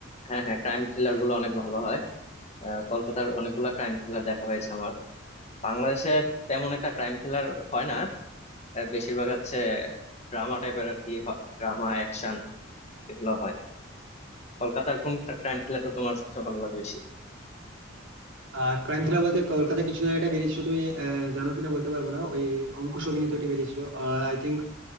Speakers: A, on the left; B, on the right.
A: হ্যাঁ হ্যাঁ ক্রাইম থ্রিলার গুলো অনেক ভালো হয় আহ, কলকাতার অনেকগুলা ক্রাইম থ্রিলার দেখা হয়েছে আমার বাংলাদেশে তেমন একটা ক্রাইম থ্রিলার হয় না আহ, বেশিরভাগ হচ্ছে ড্রামা টাইপের আর কি হয় ড্রামা অ্যাকশন এগুলো হয় কলকাতার কোন ক্রাইম থ্রিলারটা তোমার সবচেয়ে ভালো লাগে বেশি
B: আর ক্রাইম থ্রিলার বলতে কলকাতা কিছু না একটা বেরিয়েছিল তুমি আহ, জানো কিনা বলতে পারবো না ওই অঙ্কুশ অভিনীত এটি বেরিয়েছিল আই থিঙ্ক